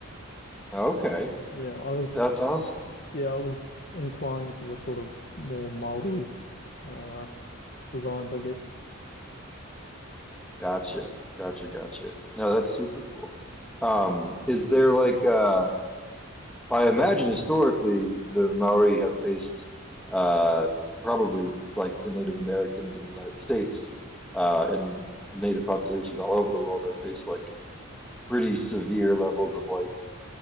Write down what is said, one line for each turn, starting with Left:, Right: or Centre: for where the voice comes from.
Centre: Okay,
Left: Yeah, I was
Centre: that's awesome.
Left: yeah, I was inclined to the sort of more Maori uh designs, I guess.
Centre: Gotcha, gotcha, gotcha. No, that's super cool. Um, is there like uh I imagine historically the Maori have faced uh probably like the Native Americans in the United States uh and Native populations all over the world have faced like pretty severe levels of like